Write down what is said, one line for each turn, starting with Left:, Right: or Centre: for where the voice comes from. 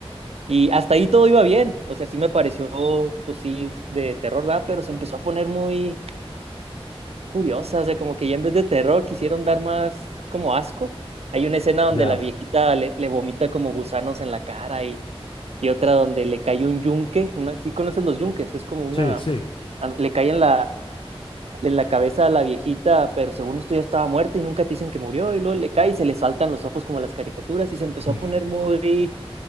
Right: Y hasta ahí todo iba bien, o sea, sí me pareció, pues sí, de terror, ¿verdad? Pero se empezó a poner muy curiosa, o sea, como que ya en vez de terror quisieron dar más como asco. Hay una escena donde
Left: Ya.
Right: la viejita le, le vomita como gusanos en la cara y, y otra donde le cae un yunque, una, ¿sí conoces los yunques? Es como una,
Left: Sí, sí.
Right: le cae en la, en la cabeza a la viejita, pero según esto ya estaba muerta y nunca te dicen que murió, y luego le cae y se le saltan los ojos como las caricaturas y se empezó
Left: <laughs>
Right: a poner muy,